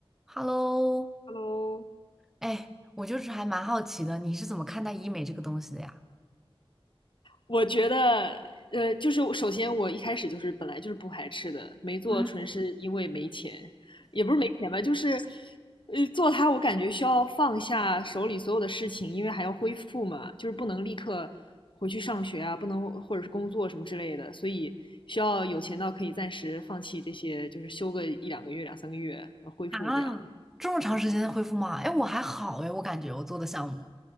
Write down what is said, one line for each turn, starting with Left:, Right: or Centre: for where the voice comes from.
Centre: Hello，
Left: Hello，
Centre: 哎，我就是还蛮好奇的，你是怎么看待医美这个东西的呀？
Left: 我觉得，呃，就是首先我一开始就是本来就是不排斥的，没做纯是因为没钱，
Centre: 嗯，
Left: 也不是没钱吧，就是，呃，做它我感觉需要放下手里所有的事情，因为还要恢复嘛，就是不能立刻回去上学啊，不能或者是工作什么之类的，所以需要有钱到可以暂时放弃这些，就是休个一两个月、两三个月呃恢复这样。
Centre: 啊，这么长时间恢复吗？
Left: 嗯，
Centre: 哎，我还好哎，我感觉我做的项目，